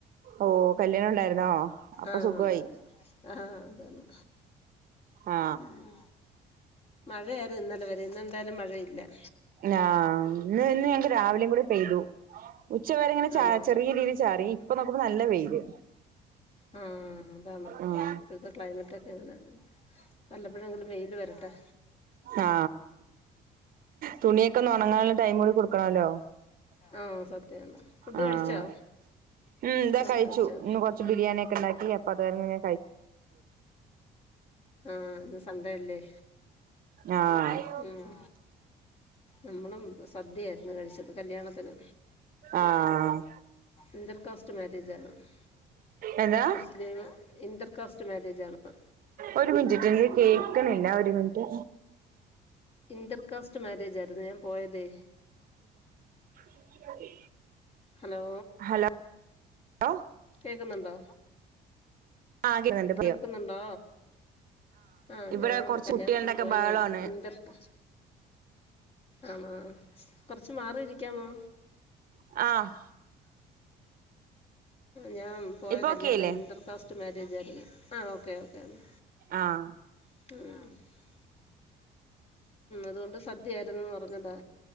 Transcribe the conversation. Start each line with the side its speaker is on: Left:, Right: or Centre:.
Right: ഓ കല്യാണം ണ്ടായിരുന്നോ അപ്പൊ
Left: ആഹ്
Right: സുഖമായി.
Left: ഉണ്ടായിരുന്നു ആഹ് അതാണ്
Right: ആ
Left: ഉം മഴയായിരുന്നു ഇന്നലെ വരെ ഇന്നെന്തായാലും മഴയില്ല
Right: ആ ഇന്ന് ഇന്ന് ഞങ്ങക്ക് രാവിലെയും കൂടെ പെയ്തു. ഉച്ചവേരെ ഇങ്ങനെ ച
Left: ആണോ
Right: ചെറിയ രീതിൽ ചാറി ഇപ്പൊ നോക്കുമ്പോ നല്ല വെയില്
Left: ആഹ അത ഇപ്പോഴത്തെ
Right: ആഹ്
Left: ക്ലൈമറ്റ ഒക്കെ അങ്ങനെ വല്ലപ്പോഴെങ്കിലും വെയില് വരട്ടെ
Right: ആ തുണിയൊക്കെ ഉണങ്ങാനുള്ള
Left: ഫുഡ്
Right: ടൈം കൂടി കൊടുക്കണല്ലോ
Left: ആഹ് സത്യാണ് ഫുഡ്
Right: ആഹ
Left: കഴിച്ചോ
Right: ഉ ഇതാ
Left: ചോറ്
Right: കഴിച്ചു
Left: കഴിച്ചോ
Right: ഇന്ന് കൊറച്ച് ബിരിയാണിൊക്കെ ഉണ്ടാക്കി അതെങ്ങനെ
Left: ആഹ് ഇന്ന് സൺ‌ഡേ അല്ലേ
Right: ആഹ്
Left: ഉം നമ്മളും സദ്യയാരുന്നു കഴിച്ചത് കല്യാണത്തിന്
Right: ആഹ്
Left: ഇന്റർ കാസ്റ്റ് മാരേജ് ആരുന്നു
Right: എന്താ
Left: മുസ്‌ലിമും ഇന്റർ കസ്റ്റ് മാര്യേജ് ആണെന്ന്
Right: ഒരു മിനിറ്റ്ട്ടോ എനിക്ക് കേക്കണില്ല ഒരു മിനിറ്റ്
Left: ഇന്റർ കാസ്റ്റ് മാര്യേജ് ആരുന്നു ഞാൻ പോയതേ
Right: ഇത് മതി
Left: ഹലോ
Right: ഹലോ ഓ
Left: കേക്കുന്നുണ്ടോ
Right: ആഹ് കേക്കുന്നുണ്ട്
Left: കേൾക്കുന്നൊണ്ടോ
Right: പറയോ
Left: ആഹ്
Right: ഇവിടെ
Left: ഞാൻ
Right: കൊറച്ച്
Left: കല്യാണത്തിന്
Right: കുട്ടികളുടെക്കെ
Left: പോയതേ
Right: ബഹളാണ്
Left: ഇന്റർ ക ആണോ കൊറച്ച് മാറി ഇരിക്കാമോ
Right: ആ
Left: ഞാൻ പോയ
Right: ഇപ്പൊ
Left: കല്യണവേ
Right: ഓക്കെയല്ലേ
Left: ഇന്റർ കേസ്റ്റ് മാര്യേജ് ആരുന്നു ഓക്കേ ഓക്കേ എന്നാ
Right: ആഹ്
Left: ആ അത് കൊണ്ട് സദ്യ ആരുന്നു എന്ന് പറഞ്ഞതാ